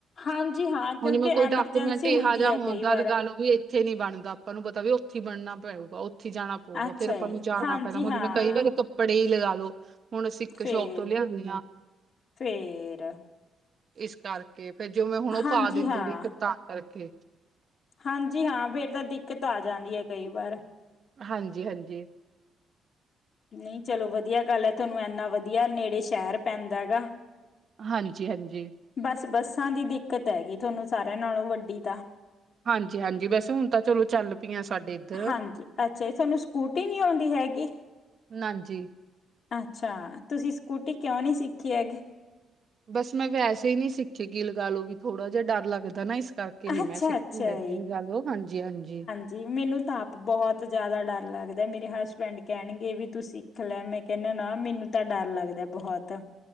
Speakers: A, on the left (about 55°); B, on the right (about 50°).
A: ਹਾਂਜੀ ਹਾਂ ਕਿਉਂਕਿ
B: ਹੁਣ ਜਿਵੇਂ ਕੋਈ
A: ਐਮਰਜੈਂਸੀ
B: ਡਾਕੂਮੈਂਟ ਇਹੋ
A: ਹੁੰਦੀ
B: ਜਿਹਾ
A: ਏ
B: ਹੋਣ
A: ਕਈ
B: ਦਾ
A: ਵਾਰ।
B: ਲਗਾ ਵੀ ਇੱਥੇ ਨੀ ਬਣਦਾ ਆਪਾਂ ਨੂੰ ਪਤਾ ਵੀ ਉੱਥੇ ਹੀ ਬਣਨਾ ਪਊਗਾ ਉੱਥੇ ਜਾਣਾ ਪਊਗਾ
A: ਅੱਛਾ
B: ਫੇਰ ਆਪਾਂ
A: ਜੀ
B: ਨੂੰ ਜਾਣਾ
A: ਹਾਂਜੀ
B: ਪੈਣਾ
A: ਹਾਂ
B: ਹੁਣ ਮੈਂ ਕਹੀਦਾ ਵਾ ਕੱਪੜੇ ਈ ਲਗਾ ਲੋ ਹੁਣ ਅਸੀਂ, ਇੱਕ
A: ਫੇਰ
B: ਸ਼ੋਪ ਤੋਂ ਲਿਆਨੇ ਹਾਂ।
A: ਫੇਰ
B: ਇਸ ਕਰਕੇ ਫੇਰ ਜਿਵੇਂ, ਹੁਣ ਉਹ
A: ਹਾਂਜੀ
B: ਪਾ ਦੇਂਦੁਗੀ
A: ਹਾਂ
B: ਫੀਰ ਤਾਂ ਕਰਕੇ।
A: ਹਾਂਜੀ, ਹਾਂ ਫਿਰ ਤਾਂ ਦਿੱਕਤ ਆ ਜਾਂਦੀ ਹੈ ਕਈ ਵਾਰ।
B: ਹਾਂਜੀ-ਹਾਂਜੀ।
A: ਨਹੀਂ ਚਲੋ ਵਧੀਆ ਗੱਲ ਐ, ਤੁਹਾਨੂੰ ਐਂਨਾ ਵਧੀਆ ਨੇੜੇ ਸ਼ਹਿਰ ਪੈਂਦਾਗਾ।
B: ਹਾਂਜੀ-ਹਾਂਜੀ।
A: ਬਸ, ਬੱਸਾਂ ਦੀ ਦਿੱਕਤ ਹੈਗੀ, ਤੁਹਾਨੂੰ ਸਾਰਿਆਂ ਨਾਲੋਂ ਵੱਡੀ ਤਾਂ।
B: ਹਾਂਜੀ-ਹਾਂਜੀ, ਬਸਾ ਹੁਣ ਤਾਂ ਚਲੋ, ਚੱਲ ਪਈਆਂ ਸਾਡੇ ਇੱਧਰ।
A: ਹਾਂਜੀ, ਅੱਛਾ, ਇਹ ਤੁਹਾਨੂੰ ਸਕੂਟੀ ਨਹੀਂ ਆਉਂਦੀ ਹੈਗੀ?
B: ਨਾਂਜੀ।
A: ਅੱਛਾ, ਤੁਸੀਂ ਸਕੂਟੀ ਕਿਉਂ ਨਹੀਂ ਸਿੱਖੀ ਹੈਗੀ?
B: ਬਸ ਮੈਂ ਵੈਸੇ ਹੀ ਨਹੀਂ ਸਿੱਖੀ ਕਿ ਲਗਾ ਲਓ ਵੀ, ਥੋੜਾ ਜਿਹਾ ਡਰ ਲੱਗਦਾ ਨਾ ਇਸ ਕਰਕੇ। ਕਿ ਨਹੀਂ
A: ਅੱਛਾ
B: ਮੈਂ ਸਿੱਖੀ
A: ਅੱਛਾ
B: ਹੈਗੀ, ਗੱਲ ਉਹ ਹਾਂਜੀ- ਹਾਂਜੀ।
A: ਜੀ ਮੈਨੂੰ ਤਾ ਆਪ ਬਹੁਤ ਜ਼ਿਆਦਾ ਡਰ ਲੱਗਦਾ, ਮੇਰੇ ਹਸਬੈਂਡ ਕਹਿਣਗੇ ਵੀ ਤੁਸੀਂ ਖ ਲਿਆ ਮੈਂ ਕਹਿੰਨਾ ਨਾ, ਮੈਨੂੰ ਤਾਂ ਡਰ ਲੱਗਦਾ ਬਹੁਤ।